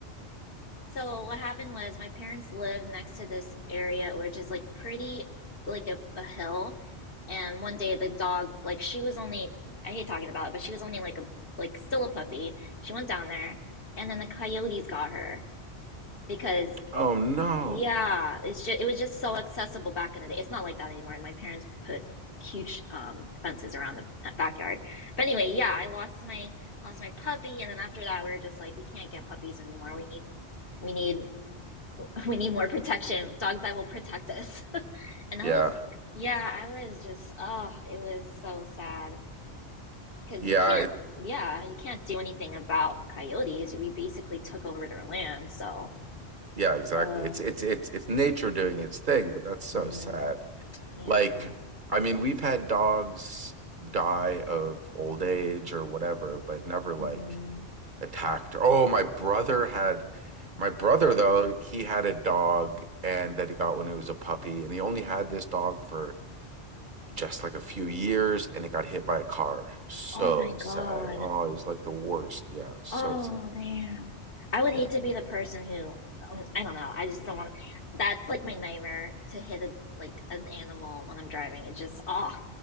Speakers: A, on the left; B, on the right.
A: so what happened was my parents live next to this area, which is like pretty like a, a hill. And one day the dog, like she was only, I hate talking about it, but she was only like a like still a puppy. She went down there, and then the coyotes got her because
B: Oh no.
A: yeah, it's just it was just so accessible back in the day. It's not like that anymore. And my parents put huge um fences around the backyard. But anyway, yeah, I lost my lost my puppy, and then after that we were just like, we can't get puppies anymore. We need we need <laughs> we need more protection, dogs that will protect us. <laughs> And
B: Yeah.
A: I was, yeah, I was just, oh, it was so sad. Because
B: Yeah,
A: you can't,
B: it,
A: yeah, you can't do anything about coyotes. We basically took over their land, so,
B: yeah, exactly.
A: uh,
B: It's it's it's it's nature doing its thing, but that's so
A: hmm
B: sad.
A: yeah,
B: Like I mean, we've had dogs die of old age or whatever, but never like
A: hmm
B: attacked her. Oh, my brother had my brother though, he had a dog and that he got when he was a puppy and he only had this dog for just like a few years and it got hit by a car. So
A: Oh my God.
B: sad. Oh, it was like the worst. Yeah, so
A: Oh,
B: sad.
A: damn. I would
B: Yeah.
A: hate to be the person who, um, I don't know, I just don't want, to. that's like my nightmare to hit a, like an animal when I'm driving. It just, oh,